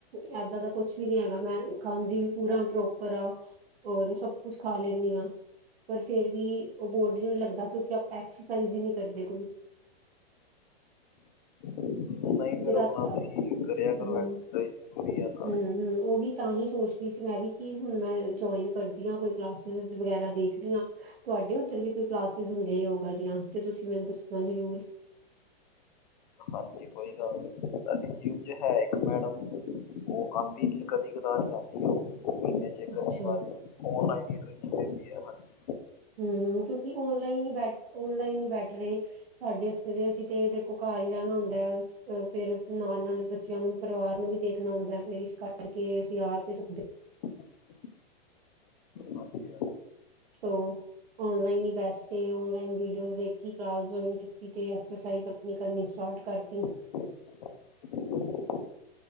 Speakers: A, on the right; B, on the left.
A: ਇਹ ਦਾ ਕੁਛ ਵੀ ਨੀ ਹੈਗਾ ਮੈਂ ਖਾਂਦੀ ਵੀ ਪੂਰਾ ਪ੍ਰੋਪਰ ਆ ਔਰ ਸਭ ਕੁਛ ਖਾ ਲੈਂਦੀ ਹਾਂ। ਪਰ ਫੇਰ ਵੀ ਉਹ ਬਾਡੀ ਨੂੰ ਲੱਗਦਾ ਕਿਉਂਕਿ ਆਪਾਂ ਐਕਸਰਸਾਈਜ਼ ਹੀ ਨਹੀਂ ਕਰਦੇ ਕੋਈ।
B: ਨਹੀਂ ਫੇਰ
A: ਜਿਦਾਂ
B: ਆਪਣਾ
A: ਆਪਾਂ
B: ਤੁਸੀਂ ਕਰਿਆ ਕਰੋ
A: ਹਮ
B: ਏਹ ਜ਼ਰੂਰੀ ਹੈ। ਨਾਲੇ
A: ਹਮ ਹਮ ਉਹੀ ਤਾਂ ਹੀ ਸੋਚਦੀ ਸੀ ਮੈਂ ਵੀ ਕਿ ਹੁਣ ਮੈਂ ਜੁਆਇਨ ਕਰਦੀ ਹਾਂ ਕੋਈ ਕਲਾਸਿਸ ਵਗੈਰਾ ਦੀ ਦੇਖਦੀ ਹ ਤੁਹਾਡੇ ਉੱਧਰ ਵੀ ਕੋਈ ਕਲਾਸਿਸ ਹੁੰਦੀਆਂ ਯੋਗਾ ਦੀਆਂ, ਤੇ ਤੁਸੀਂ ਮੈਨੂੰ ਦੱਸਣਾ ਜ਼ਰੂਰ।
B: ਹਾਂਜੀ ਕੋਈ ਗੱਲ ਨੀ ਸਾਡੀ ਜਿਮ ਚ ਹੈ ਇੱਕ ਮੈਡਮ ਉਹ ਆਉਂਦੀ ਨੀ ਕਦੀ ਕਦਾਰ ਆਉਂਦੀ ਉਹ। ਮਹੀਨੇ ਚ ਇੱਕ
A: ਅੱਛਾ।
B: ਅੱਧੀ ਵਾਰ ਔਨਲਾਈਨ ਹੀ ਟ੍ਰੇਨਿੰਗ ਦਿੰਦੀ ਹੈ ਹਾਂਜੀ
A: ਹਮ ਹਮ ਮਤਲੱਬ ਕਿ ਔਨਲਾਈਨ ਹੀ ਬੈਠ ਓਨਲਾਈਨ ਹੀ ਬੈਠ ਰਹੇ ਸਾਡੇ ਤੇ, ਅਸੀਂ ਤੇ ਦੇਖੋ। ਏਹੀ ਰਹਿਣਾ ਹੁੰਦਾ ਹੈ ਅ ਫੇਰ ਨਾਲ ਨਾਲ ਬੱਚਿਆਂ ਨੂੰ, ਪਰਿਵਾਰ ਨੂੰ ਵੀ ਦੇਖਣਾ ਹੁੰਦਾ ਹੈ ਫੇਰ ਇਸ ਕਰਕੇ ਨਹੀਂ ਅਸੀਂ ਆ ਤੇ ਸਦੇ
B: <inaudible> ਹਾਂਜੀ
A: ਸੋ। ਔਨਲਾਈਨ ਹੀ ਬੈਸਟ ਏ, ਔਨਲਾਈਨ ਵੀ ਤੁਸੀਂ ਦੇਖੀ ਕਲਾਸਨ ਕੀਤੀ ਅਕ੍ਸਰਸਾਈਜ਼ ਆਪਣੀ ਕਰਨੀ। ਪਾਠ ਕਰਤੀ ਹੁ।
B: <inaudible>